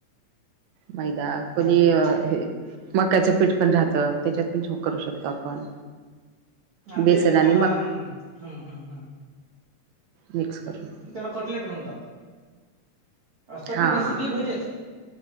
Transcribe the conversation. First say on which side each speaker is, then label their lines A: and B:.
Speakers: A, on the right (about 75°); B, on the right (about 50°).
A: मैदा कोणी
B: हल्ली
A: हे मकाचं पीठ पण राहतं त्याच्यात पण छोक करू शकतो आपण
B: ह
A: बेसन
B: ते
A: आणि
B: त्याला
A: मका
B: हम्म हम्म हम्म
A: मिक्स करून
B: त्याला कटलेट म्हणतात तर
A: हा
B: ते बेसिकली भजेच.